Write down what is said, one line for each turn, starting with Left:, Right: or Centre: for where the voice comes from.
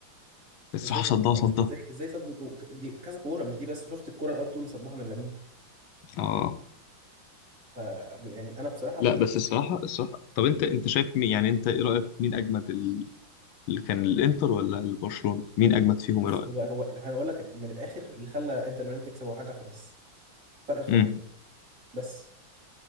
Left: الصراحه
Right: ازاي صدها
Left: صدها صدها
Right: ازاي ازاي صد جو- شو- دي كذا كوره مش دي بس شفت الكوره الار 2 اللي صدها من لامين
Left: اه
Right: ف- يعني انا بصراحه
Left: لا بس الصراحه الصراحه طب انت انت شايف مين يعني انت ايه رايك مين اجمد ال... اللي كان الانتر ولا البرشلونه مين اجمد فيهم
Right: بص
Left: ايه رايك
Right: هو هو اللي هنقول لك من الاخر اللي خلى انتر ميلان تكسب هو حاجه واحده بس فرق الخبره
Left: امم
Right: بس